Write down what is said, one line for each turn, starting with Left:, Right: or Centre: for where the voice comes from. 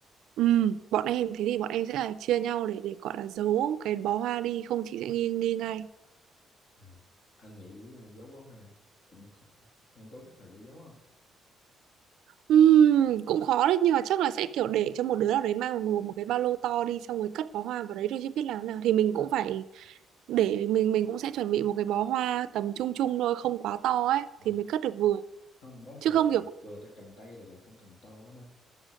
Right: ừm, bọn em thế thì bọn em sẽ là chia nhau để để gọi là giấu cái bó hoa đi không chị sẽ nghi nghi ngay
Left: À, anh nghĩ à, giấu bó hoa cũng không. Em có cách nào để giấu không?
Right: Ừm, cũng khó đấy nhưng mà chắc là sẽ kiểu để cho một đứa nào đấy mang một, một cái ba lô to đi xong rồi cất bó hoa vào đấy thôi chứ biết làm thế nào thì mình cũng phải để mình mình cũng sẽ chuẩn bị một cái bó hoa tầm trung trung thôi không quá to ấy
Left: Ờ,
Right: thì mới cất được vừa
Left: không, bó
Right: chứ
Left: vừa
Right: không
Left: được
Right: kiểu
Left: rồi, vừa tay cầm tay được rồi, không cần to quá đâu.